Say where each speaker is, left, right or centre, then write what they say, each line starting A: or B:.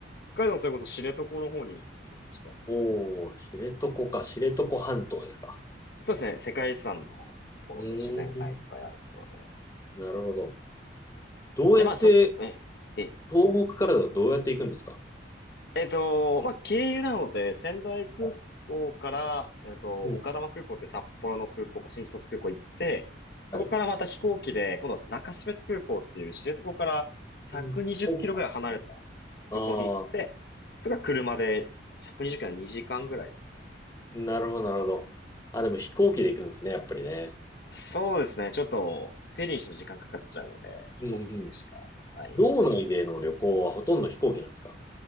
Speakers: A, on the left; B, on the left.
A: 北海道のそれこそ知床の方に行きましたね。
B: おー、知床か、知床半島ですか。
A: そうですね、世界遺産のところで自然がいっぱいあるところで。
B: うーん、なるほど。どうやって、
A: で、まあそ、え、え、
B: 東北からだとどうやって行くんですか
A: えっと、まあ、経由なので、仙台空港から、
B: はい
A: えっと、
B: うん。
A: 丘珠空港って札幌の空港か新千歳空港行って、そこからまた飛行機で、
B: はい。
A: 今度中標津空港っていう知床から120キロぐらい離れた空港に行って、
B: うん、飛行機。あ
A: それから車で120キロは2時間ぐらいですかね。
B: あ、なるほど、なるほど。あ、でも飛行機で行くんですね、やっぱりね。
A: そうですね。ちょっと、フェリーにしても時間かかっちゃうので、飛行機で行くしかないです。
B: うんうん道内での旅行はほとんど飛行機なんですか